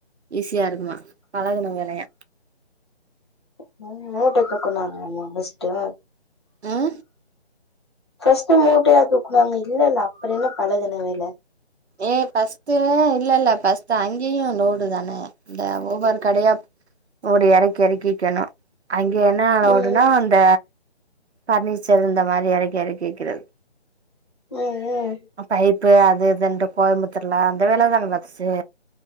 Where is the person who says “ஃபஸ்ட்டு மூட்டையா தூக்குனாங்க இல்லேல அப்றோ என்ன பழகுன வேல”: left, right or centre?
Left